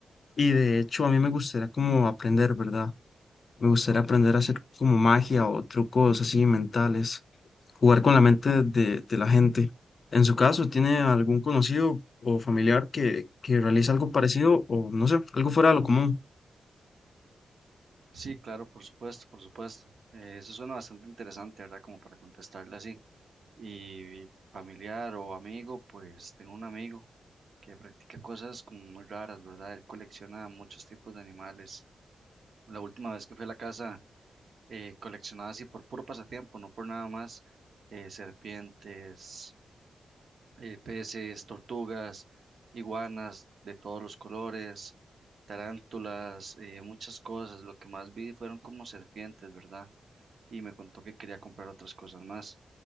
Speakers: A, on the left; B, on the right.
A: y de hecho a mí me gustaría como aprender, ¿verdad? Me gustaría aprender a hacer como magia o trucos así mentales, jugar con la mente de, de la gente. En su caso, ¿tiene algún conocido o familiar que, que realice algo parecido o no sé, algo fuera de lo común?
B: Sí, claro, por supuesto, por supuesto. Eh, eso suena bastante interesante, ¿verdad? Como para contestarle así. Y familiar o amigo, pues tengo un amigo que practica cosas como muy raras, ¿verdad? Él colecciona muchos tipos de animales. La última vez que fui a la casa, eh, coleccionaba así por puro pasatiempo, no por nada más, eh, serpientes eh, peces, tortugas, iguanas de todos los colores, tarántulas, eh, muchas cosas. Lo que más vi fueron como serpientes, ¿verdad? Y me contó que quería comprar otras cosas más.